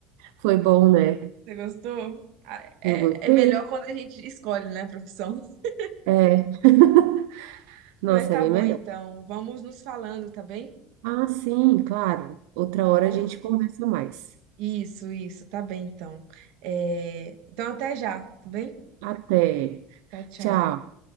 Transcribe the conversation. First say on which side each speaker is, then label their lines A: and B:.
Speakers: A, on the right; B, on the right.
A: Foi bom, né?
B: <laughs> Você gostou? Ah, É,
A: Eu gostei.
B: é melhor quando a gente escolhe, né, a profissão. <laughs>
A: É, <laughs> nossa,
B: Mas tá
A: é bem
B: bom
A: melhor.
B: então, vamos nos falando, tá bem?
A: Ah, sim, claro. Outra
B: Tá
A: hora
B: bom?
A: a gente conversa mais.
B: Isso, isso, tá bem então. É, Então até já, tá bem?
A: Até.
B: Tchau, tchau.
A: Tchau.